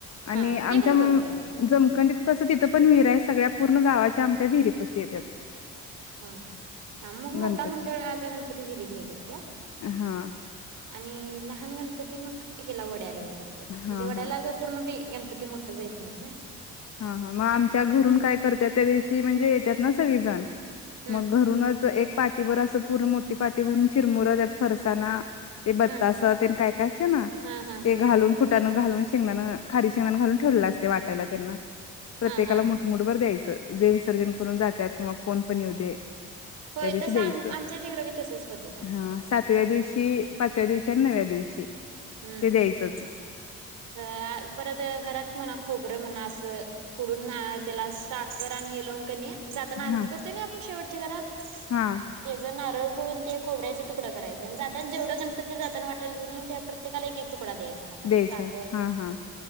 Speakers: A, on the left (about 55°); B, on the right (about 85°).
A: आणि
B: हा
A: आमच्या
B: ते पण बरोबर आहे ते काय
A: जमखंडीत
B: नाही
A: कसं तिथं पण विहिरा आहे सगळ्या पूर्ण गावाच्या आमच्या विहिरी पशी येत
B: हा हा मग मोठा
A: गणपती
B: मंडळाचा गणपती विहिरीत हे करत
A: हा
B: <inaudible> आणि लहान गणपती मग ह्याला वड्याला आहे म्हणजे
A: हा
B: वड्याला
A: हा
B: पूर्णी गणपती मो ेत नाही ना
A: हा हा मग आमच्या घरून काय करत त्या दिवशी म्हणजे येतात ना सगळीजण
B: हम्म
A: मग घरूनच एक पाठीभर असं पूर्ण मोठी पाटठी भरून चिरमुरं त्यात फरसाना ते बत्तास
B: हा
A: काय काय असते ना
B: हा हा
A: ते
B: हा.
A: घालून फुटण घालून शेंगदां खारी शेंगणां घालून ठेवला असते वाटायला त्यांना प्रत्येकाला
B: हा हा
A: मोठमोठ वर द्यायचं जे विसर्जन करून जातात किंवा कोण पण येऊदे
B: होय
A: त्या दिवशी
B: तसं
A: द्यायचं
B: आम आमच्या तिकडं बी तसच पद्धत आहे
A: हा सातव्या दिवशी पाचव्या दिवशी आणि नव्या दिवशी
B: हम्म.
A: ते द्यायचंच
B: अ परत घरात म्हणा खोबरं म्हणा असं फुडून त्याला साखर आणि हे लावून कणी जाताना
A: हा
B: आरती करतोय आपण शेट घरात
A: हा
B: हेज नर ोून ते खोऱ्याचा तुकड करायचाय आणि जाता जेवढं गणपती जाना वाटला प्रत्येकाला एक तुकडा दयचा हात
A: द्यायचं
B: सात
A: हा हा